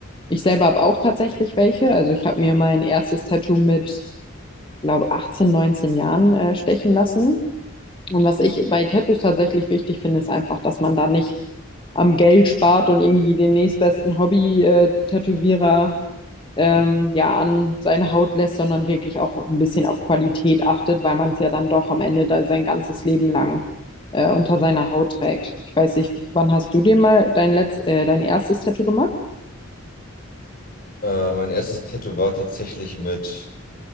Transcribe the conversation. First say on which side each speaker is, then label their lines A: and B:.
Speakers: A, on the left; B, on the left.
A: Ich selber habe auch tatsächlich welche. Also ich habe mir mein erstes Tattoo mit, glaube 18, 19 Jahren äh, stechen lassen. Und was ich bei Tattoos tatsächlich wichtig finde, ist einfach, dass man da nicht am Geld spart und irgendwie den nächstbesten Hobby-Tätowierer ähm, ja an seine Haut lässt, sondern wirklich auch ein bisschen auf Qualität achtet, weil man es ja dann doch am Ende da sein ganzes Leben lang äh, unter seiner Haut trägt. Ich weiß nicht, wann hast du dir mal dein letzt, äh, dein erstes Tattoo gemacht?
B: Äh, mein erstes Tattoo war tatsächlich mit